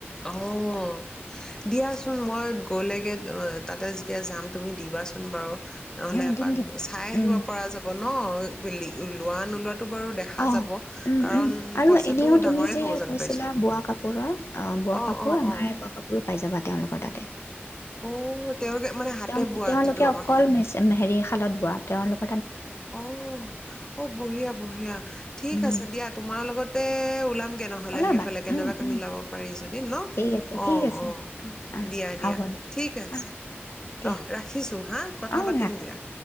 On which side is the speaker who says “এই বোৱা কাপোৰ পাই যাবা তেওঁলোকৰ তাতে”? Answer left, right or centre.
Left